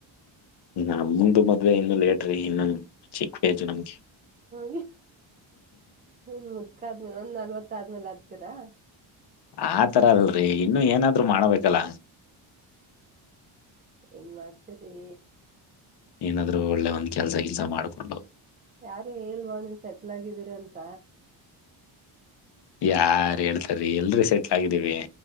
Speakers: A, on the left; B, on the right.
A: ನಮ್ದು ಮದುವೆ ಇನ್ನೂ ಲೇಟ್ ರೀ ಇನ್ನೂ ಚಿಕ್ಕ ಏಜ್ ನಮಗೆ.
B: ಅಯ್ಯೋ ಏನ್ ಮುದ್ಕ ಆದ್ಮೇಲೆ ಒಂದ್ ನಲ್ವತ್ ಆದ್ಮೇಲೆ ಆಗ್ತೀರಾ.
A: ಅತರ ಅಲ್ರೀ ಇನ್ನು ಏನಾದ್ರು ಮಾಡ್ಬೇಕಲ್ಲ.
B: ಏನ್ ಮಾಡ್ತರಿ.
A: ಏನಾದ್ರು ಒಳ್ಳೆ ಒಂದ್ ಕೆಲ್ಸ ಗಿಲ್ಸ ಮಾಡ್ಕೊಂಡು.
B: ಯಾರು ಹೇಳಲ್ವ ನೀವು ಸೆಟ್ಲ್ ಆಗಿದ್ದೀರಿ ಅಂತ.
A: ಯಾರ್ ಹೇಳ್ತಾರೀ ಎಲ್ರಿ ಸೆಟ್ಲ್ ಆಗಿದ್ದೀವಿ.